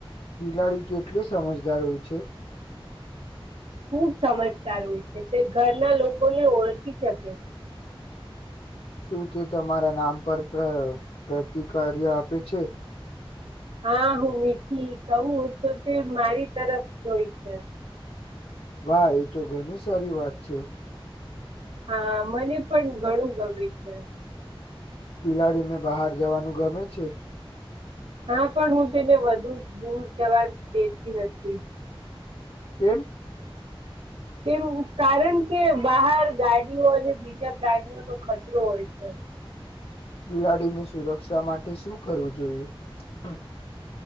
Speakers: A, on the left; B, on the right.
A: બિલાડી કેટલી સમજદાર હોય છે
B: ખૂબ સમજદાર હોય છે તે ઘરના લોકોને ઓળખી શકે છે
A: શું તે તમારા નામ પર પ્રતિકાર્ય આપે છે
B: હા હું મીઠી કવું તો તે મારી તરફ જોય છે
A: વાહ એ તો ઘણી સારી વાત છે
B: હા મને પણ ઘણું ગમે છે
A: બિલાડીને બહાર જવાનું ગમે છે
B: હા પણ હું તેને વધુ દૂર જવા દેતી નથી
A: <unintelligible>
B: કેમ કારણ કે બહાર ગાડીઓ અને બીજા પ્રાણીઓનો ખતરો હોય છે
A: <inaudible> બિલાડીની સુરક્ષા માટે શું કરવું જોઈએ